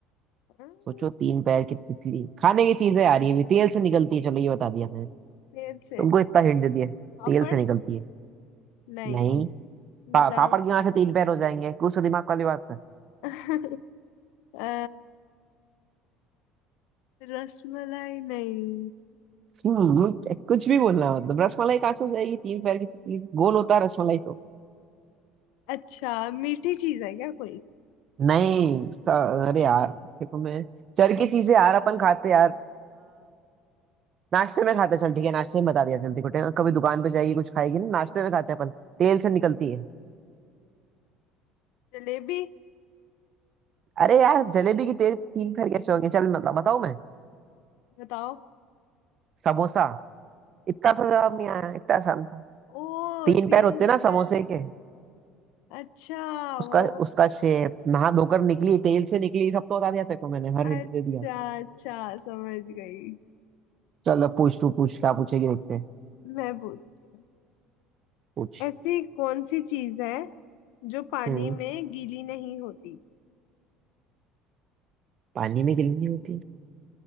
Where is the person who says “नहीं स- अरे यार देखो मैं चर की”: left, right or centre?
Right